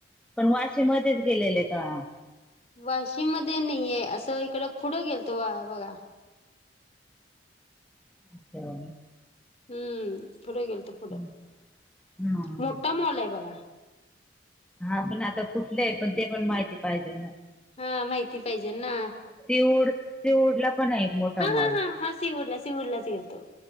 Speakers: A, in the centre; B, on the left.
A: पण वाशी मध्येच गेलेले का?
B: वाशी मध्ये नाहीये, असं इकडं पुढं गेलतो बा बघा.
A: <inaudible>
B: हम्म पुढे गेलतो
A: हम्म.
B: पुढं
A: हा
B: मोठा मॉल आहे बघा.
A: हा पण आता कुठले आहे, पण ते पण माहिती पाहिजे ना.
B: हा माहिती पाहिजे ना.
A: सीऊड सीऊडला पण आहे एक मोठा
B: हा
A: माॅल.
B: हा हा हा सिवूरला सिवूरलाच गेलतो